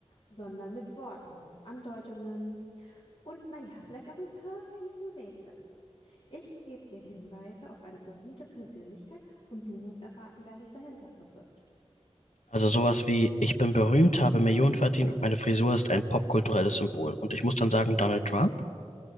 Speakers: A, on the left; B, on the left.
A: sondern mit Worten, Andeutungen und naja, vielleicht auch ein paar fiesen Rätsel. Ich gebe dir Hinweise auf eine berühmte Persönlichkeit und du musst erraten, wer sich dahinter verbirgt.
B: Also sowas wie, ich bin berühmt, habe Millionen verdient und meine Frisur ist ein popkulturelles Symbol. Und ich muss dann sagen, Donald Trump?